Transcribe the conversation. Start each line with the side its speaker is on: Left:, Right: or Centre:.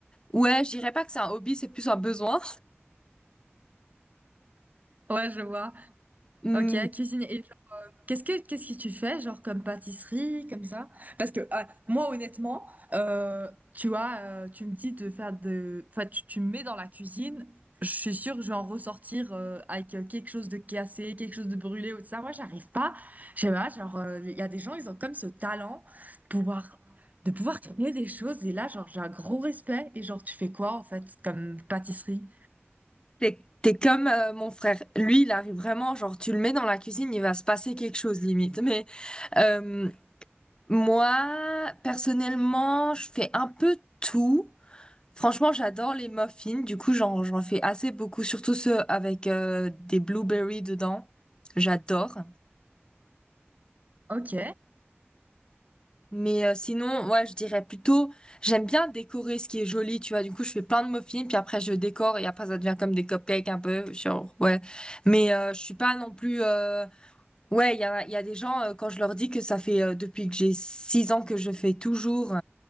Left: ouais, je dirais pas que c'est un hobby, c'est plus un besoin.
Right: Ouais, je vois.
Left: <laughs>
Right: Ok, cuisine. Et genre, qu'est-ce que qu'est-ce que tu fais, genre comme pâtisserie, comme ça? Parce que ah, moi, honnêtement, euh, tu vois, euh, tu me dis de faire de, enfin, tu, tu me mets dans la cuisine. Je suis sûre que je vais en ressortir euh, avec euh, quelque chose de cassé, quelque chose de brûlé ou tout ça. Moi, j'arrive pas. Je sais pas. Genre, euh, il y a des gens, ils ont comme ce talent de pouvoir de pouvoir créer des choses. Et là, genre, j'ai un gros respect. Et genre, tu fais quoi en fait comme pâtisserie?
Left: T'es, t'es comme euh, mon frère. Lui, il arrive vraiment, genre, tu le mets dans la cuisine, il va se passer quelque chose, limite. Mais euh, moi, personnellement, je fais un peu tout. Franchement, j'adore les muffins. Du coup, j'en, j'en fais assez beaucoup, surtout ceux avec euh, des blueberries dedans. J'adore.
Right: Ok.
Left: Mais euh, sinon, ouais, je dirais plutôt, j'aime bien décorer ce qui est joli, tu vois. Du coup, je fais plein de muffins, puis après, je décore, et après, ça devient comme des cupcakes un peu, genre, ouais. Mais euh, je suis pas non plus... euh, Ouais, il y a, il y a des gens, euh, quand je leur dis que ça fait euh, depuis que j'ai six ans que je fais toujours